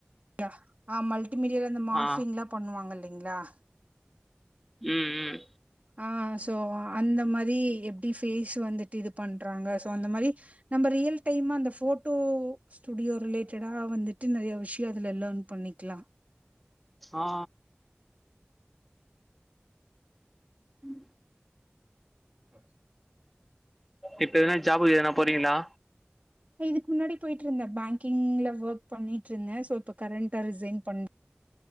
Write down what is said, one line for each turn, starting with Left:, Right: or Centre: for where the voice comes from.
Right: <unintelligible> ஆ மல்டிமீடியால இந்த மார்பிங்லா
Centre: ஆ
Right: பண்ணுவாங்கலிங்களா
Centre: ம் ம்
Right: ஆ சோ அந்த மாரி எப்டி ஃபேஸ் வந்துட்டு இது பண்றாங்க சோ அந்த மாரி நம்ம ரியல் டைம்மா அந்த போட்டோ ஸ்டுடியோ ரிலேட்டடா வந்துட்டு நறைய விஷ் <unintelligible> அதுல லேர்ன் பண்ணிக்லா
Centre: ஆ ம்
Right: <inaudible>
Centre: இப்ப எதுனா ஜாபுக்குஎதனா போறீங்களா
Right: இதுக்கு முன்னாடி போயிட்டு இருந்தே பேங்கிங்ல ஒர்க் பண்ணிட்டு இருந்தே சோ இப்ப கரண்ட்டா ரிசைன் பண்